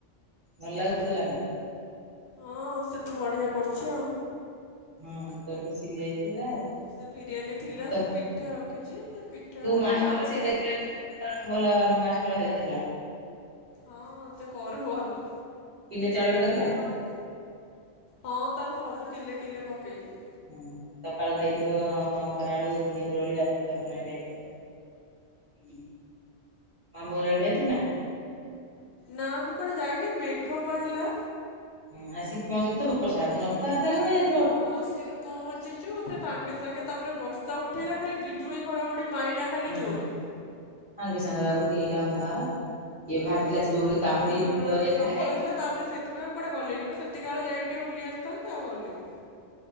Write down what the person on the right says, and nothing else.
ଭଲ ଲାଗୁଥିଲା ନାଁ?
ହଁ ତୋଠୁ ଶିଖି ଯାଇଛି ପୁରା ଆଉ।
ତ
ତୁ ମାଷ୍ଟର
ଦେଖିଲା
ଭଲ ମାଷ୍ଟର ବାହାରିକି ହେଲା।
କିଲେ ଚାଉଳରେ କରିଥିଲା?
ହୁଁ ସକାଳୁ ଖାଇଥିବ ଖରାଅଳୁ ପୁଣି ଉପରଓଳି ରାତି ତମେ ନାଇଁ ଖାଇଥିବ। ମାମୁଁ ଘରଆଡେ ଯାଇଥିଲୁ ନା?
ହୁଁ ଆସିକି ପହଞ୍ଚିଚୁ ତ ବର୍ଷା ନଥିବାରୁ ତାହେଲେ କଁ ପାଇଁ ଯାଇ
ହୁଁ
ସାଙ୍ଗେ ସାଙ୍ଗେବା ଘୋଟିିଆଇଲା ଅନ୍ଧାର ଇଏ ବାହାରିଥିଲା ଯିବ ବୋଲି
କାମୁଡି
ଫୁଲହେରିକା
ସାଙ୍ଗରେ